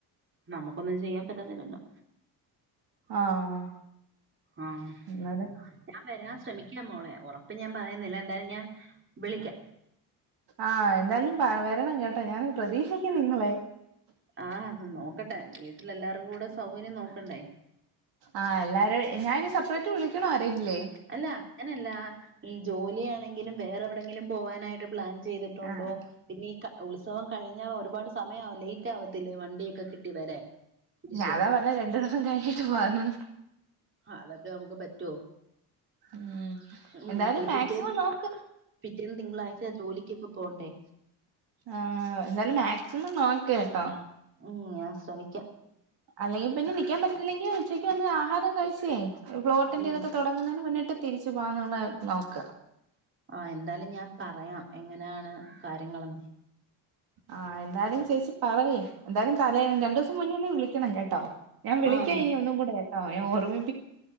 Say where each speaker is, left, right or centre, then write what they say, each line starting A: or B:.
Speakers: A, on the right (about 30°); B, on the right (about 70°).
A: നമുക്കൊന്നും ചെയ്യാൻ പറ്റത്തില്ലല്ലോ
B: ആഹ്
A: ആഹ്
B: എന്നാലും
A: ഞാ വരാൻ ശ്രമിക്ക ശ്രമിക്ക മോളെ ഉറപ്പ് ഞാൻ പറയുന്നില്ല എന്തായാലും ഞാൻ വിളിക്ക
B: ആഹ് എന്താലും വരണം കേട്ടാ ഞാൻ പ്രതീക്ഷിക്കും നിങ്ങളെ
A: ആഹ് നോക്കട്ടെ വീട്ടിലെല്ലാരും കൂടെ സൗകര്യം നോക്കണ്ടേ
B: ആഹ് എല്ലാരും ഞാനി സെപ്പറേറ്റ് വിളിക്കണോ ആരെങ്കിലേ
A: അല്ല അങ്ങനല്ല ഈ ജോലിയാണെങ്കിലും വേറെ എവിടെയെങ്കിലും പോവാനായിട്ട് പ്ലാൻ ചെയ്തിട്ടുണ്ടോ
B: ആഹ്
A: പിന്നെ ഈ ഉത്സവം കഴിഞ്ഞാ ഒരുപാട് സമയം ലേറ്റ് ആവത്തില്ലേ വണ്ടിയൊക്കെ കിട്ടി വരാൻ തിരിച്ച്
B: ഞാനതാ പറഞ്ഞേ രണ്ടു ദിവസം കഴിഞ്ഞിട്ട് പോകാന്ന്
A: ആ, അതൊക്കെ നമുക്ക് പറ്റുവോ
B: ഉം
A: ഉം
B: എന്തായാലും
A: അല്ല
B: മാക്സിമം
A: പിറ്റേന്ന്
B: നോക്ക്
A: പിറ്റേന്ന് തിങ്കളാഴിച്ച ജോലിക്കൊക്കെ പോണ്ടേ
B: ആഹ് എന്തായാലും മാക്സിമം നോക്ക്ട്ടോ?
A: ഉം ഞാൻ ശ്രമിക്കാം
B: അല്ലെങ്കിൽ പിന്നെ നൽക്കാൻ പറ്റുന്നില്ലെങ്കിൽ ഉച്ചയ്ക്ക് വന്ന് ആഹാരം കഴിച്ചേ ഫ്ലോട്ടിന്റെ
A: ഉം
B: ഇതൊക്കെ തുടങ്ങുന്നതിന് മുന്നിട്ട് തിരിച്ചു പോകുന്നത് നോക്കുക
A: ആഹ് എന്തായാലും ഞാൻ പറയാം എങ്ങനെയാണ് കാര്യങ്ങളെന്ന്.
B: ആഹ് എന്തായാലും ചേച്ചി പറയ് എന്തായാലും തലേ രണ്ടു ദിവസം മുന്നേന്നെ വിളിക്കണം കേട്ടോ ഞാൻ വിളിക്കാ
A: ആഹ്
B: ഇനി ഒന്നും കൂടെ കേട്ടോ ഞാൻഓർമ്മി